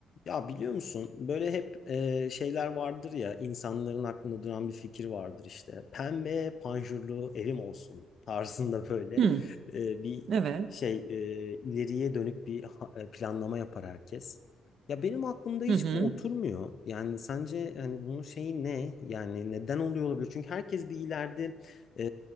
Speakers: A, on the left; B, on the right.
A: Ya biliyor musun böyle hep e, şeyler vardır ya insanların aklında duran bir fikir vardır işte. Pembe panjurlu evim olsun <laughs> tarzında böyle
B: Hı,
A: e, bir
B: evet.
A: şey e, ileriye dönük bir ha- e, planlama yapar herkes. Ya benim aklımda hiç
B: Hı hı.
A: bu oturmuyor. Yani sence hani bunun şeyi ne? Yani neden oluyor olabilir? Çünkü herkes bir ileride e,